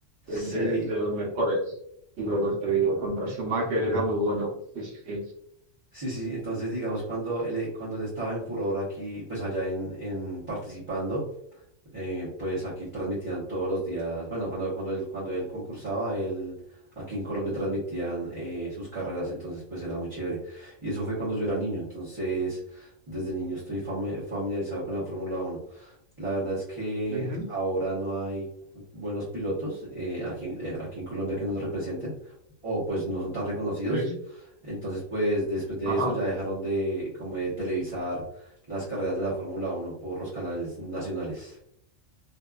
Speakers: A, on the right; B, on the right.
A: es
B: sí,
A: de, de los mejores y los dos que he vivido. Contra Schumacher era muy bueno, sí, sí, sí.
B: Sí, sí, sí. entonces digamos cuando él, cuando él estaba en furor aquí, pues allá en, en participando, eh, pues aquí transmitían todos los días, bueno, cuando, cuando él, cuando él concursaba, él aquí en Colombia transmitían eh, sus carreras, entonces pues era muy chévere. Y eso fue cuando yo era niño, entonces desde niño estoy fami- familiarizado con la Fórmula Uno. La verdad es que
A: Ujú,
B: ahora no hay buenos pilotos eh, aquí, eh, aquí en Colombia que nos representen o pues no son tan reconocidos.
A: sí.
B: Entonces pues después de
A: Ajá,
B: eso ya dejaron de como de televisar las carreras de la Fórmula Uno por los canales nacionales.